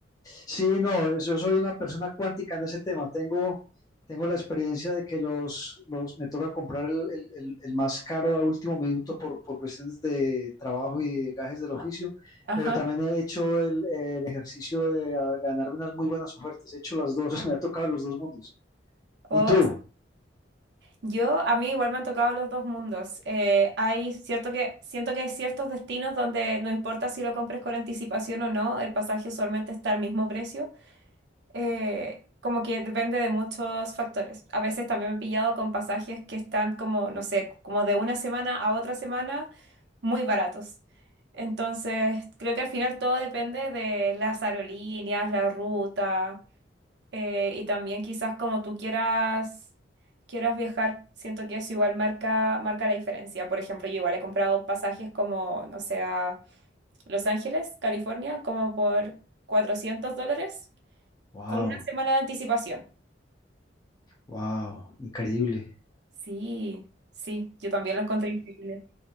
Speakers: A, on the left (about 20°); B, on the right (about 65°).
A: Sí, no, yo soy una persona cuántica en ese tema. Tengo, tengo la experiencia de que los, los me toca comprar el, el, el el más caro a último minuto por, por, cuestiones de trabajo y de gajes del oficio,
B: Ajá.
A: pero también he hecho el, el ejercicio de ah, ganarme unas muy buenas ofertas. He hecho las dos, <laughs> me ha tocado los dos mundos.
B: O
A: ¿Y tú?
B: Yo, a mí igual me han tocado los dos mundos. Eh, hay cierto que, siento que hay ciertos destinos donde no importa si lo compres con anticipación o no, el pasaje usualmente está al mismo precio. Eh, como que depende de muchos factores. A veces también me he pillado con pasajes que están como, no sé, como de una semana a otra semana, muy baratos. Entonces, creo que al final todo depende de las aerolíneas, la ruta eh, y también quizás como tú quieras, quieras viajar, siento que eso igual marca, marca la diferencia. Por ejemplo, yo igual he comprado pasajes como, no sé, a Los Ángeles, California, como por 400 dólares
A: Wow.
B: con una semana de anticipación.
A: Wow, increíble.
B: Sí, sí, yo también lo encontré increíble.